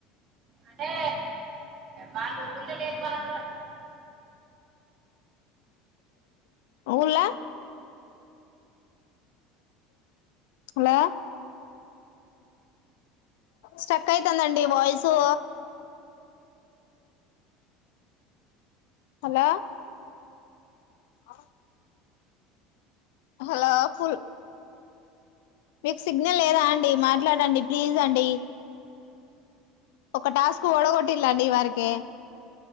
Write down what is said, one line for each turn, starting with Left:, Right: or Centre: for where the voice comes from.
Right: అంటే వాళ్ళు ఊళ్ళో లేని వాళ్ళు అట్
Left: ఊల్లా హలో స్టక్ అయితందండి వాయిసు. హలో అ హలో ఫుల్ మీకు సిగ్నల్ లేదా అండి, మాట్లాడండి ప్లీజ్ అండి. ఒక టాస్క్ ఓడగొట్టిల్లాండి ఈవరకే